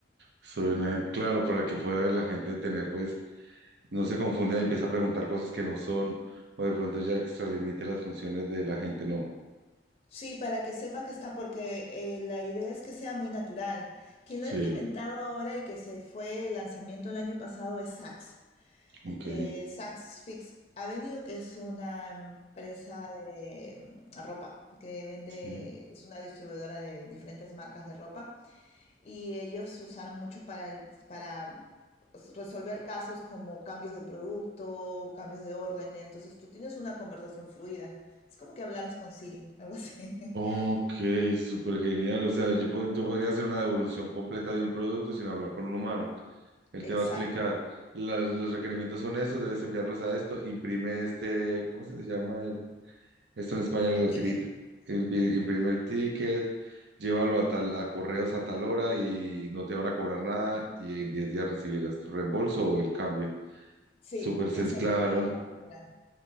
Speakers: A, on the right; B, on the left.
A: soy una gen- claro, para que pueda la gente tener, pues, no se confunda y empieza a preguntar cosas que no son, o de pronto ya extralimite las funciones de la gente, no.
B: Sí, para que sepan que está, porque eh, la idea es que sea muy natural. Quien
A: Sí,
B: lo ha implementado ahora y que se fue el lanzamiento el año pasado es Saks
A: ok,
B: eh, Saks Fifth Avenue, que es una empresa de mm, ropa que vende,
A: sí.
B: es una distribuidora de diferentes marcas de ropa. Y ellos se usaron mucho para, el- para s- resolver casos como cambios de producto, cambios de órdenes. Entonces tú tienes una conversación fluida. Es como que hablaras con Siri, algo así.
A: Ok,
B: <laughs>
A: súper genial. O sea, yo, po- yo podría hacer una devolución completa de un producto sin hablar con un humano. Él
B: Exacto.
A: te va a explicar, las- los requerimientos son estos, debes enviarlos a esto, imprime este, ¿cómo se llama el? Esto en España, el
B: El ticket.
A: tirita. Impi- Imprime el ticket, llévalo a tal, a correos a tal hora y no te van a cobrar nada y en 10 días recibirás tu reembolso o el cambio.
B: Sí,
A: Súper sencillo,
B: eso
A: claro.
B: lo puedes configurar.